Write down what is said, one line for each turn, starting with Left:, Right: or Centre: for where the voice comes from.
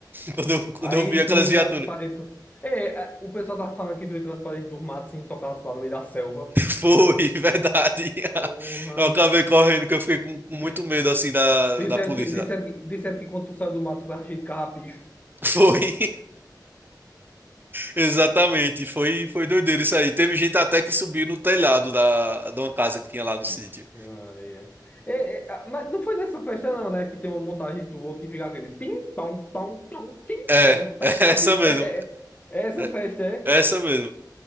Right: Quando eu, quando
Left: Aí
Right: eu vi aquelas
Left: tu entrasse
Right: viaturas.
Left: pra dentro. É, é, o pessoal tava falando que tu entrasse pra dentro dos matos sem tocasse lá no meio da selva.
Right: Foi, <laughs> verdade.
Left: Porra.
Right: Eu acabei correndo, que eu fiquei com, com
Left: De-
Right: muito medo, assim, da,
Left: disseram
Right: da polícia.
Left: que, disseram
Right: sabe?
Left: que, disseram que quando tu saiu do mato tu tava cheio de carrapicho.
Right: Foi, <laughs> exatamente. Foi, foi doideira isso aí. Teve gente até que subiu no telhado da, de uma casa que tinha lá no
Left: Vixe,
Right: sítio.
Left: Maria. É, é, ah, mas não foi nessa festa, não, né? Que tem uma montagem tua que fica aquele tim, pão, pão, pão, tim,
Right: É,
Left: pão,
Right: <laughs>
Left: pão.
Right: é
Left: Aquele,
Right: essa mesmo.
Left: é, é, é, é essa
Right: É,
Left: festa, é?
Right: é essa mesmo.